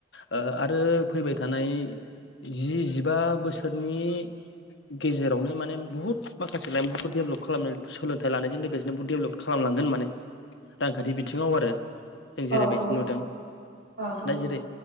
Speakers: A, on the left (about 65°); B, on the right (about 60°).
A: आरो फैबाय थानाय जि जिबा बोसोरनि गेजेरावनो माने बुहुत माखासे लाइमोनफोरखौ डेभेलप खालामनानै सोलोंथाइ लानायजों लोगोसेनो बहुत डेभेलप खालामलांगोन माने रांखान्थि बिथिङाव आरो। जों
B: औ
A: जेरैबायदि
B: औ
A: नुदों
B: औ
A: दा जेरै